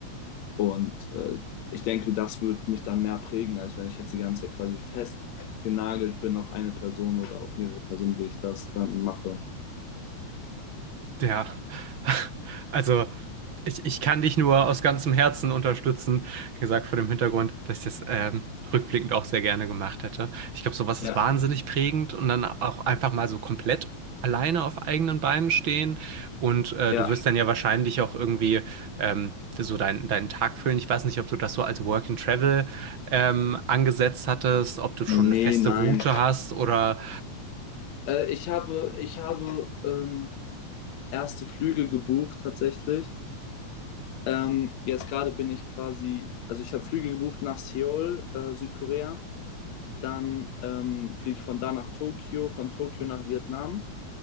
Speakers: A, on the left; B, on the right.
A: Und äh, ich denke, das wird mich dann mehr prägen, als wenn ich jetzt die ganze Zeit quasi festgenagelt bin auf eine Person oder auf mehrere Personen, die ich das dann mache.
B: Ja, <laughs> also ich, ich kann dich nur aus ganzem Herzen unterstützen, gesagt vor dem Hintergrund, dass ich das ähm, rückblickend auch sehr gerne gemacht hätte. Ich glaube, sowas
A: Ja.
B: ist wahnsinnig prägend und dann auch einfach mal so komplett alleine auf eigenen Beinen stehen und äh,
A: Ja,
B: du wirst dann ja wahrscheinlich auch irgendwie ähm, so deinen deinen Tag füllen. Ich weiß nicht, ob du das so als Work and Travel ähm, angesetzt hattest, ob du schon
A: nee,
B: eine feste
A: nein.
B: Route hast oder...
A: Äh, ich habe, ich habe ähm, erste Flüge gebucht tatsächlich. Ähm, jetzt gerade bin ich quasi, also ich habe Flüge gebucht nach Seoul, äh, Südkorea. Dann ähm, fliege ich von da nach Tokio, von Tokio nach Vietnam